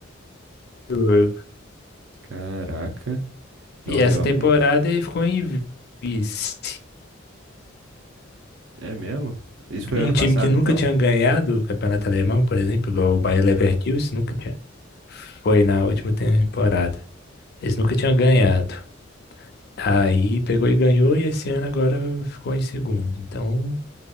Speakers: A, on the left; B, on the right.
A: jogo.
B: Caraca. Então
A: E essa
B: realmente.
A: temporada ele ficou em vice.
B: É mesmo? Isso foi
A: Um
B: ano passado,
A: time que nunca
B: então?
A: tinha ganhado o Campeonato Alemão, por exemplo, igual o Bayer Leverkusen, nunca tinha. Foi na última temporada. Eles nunca tinham ganhado. Aí pegou e ganhou, e esse ano agora ficou em segundo. Então,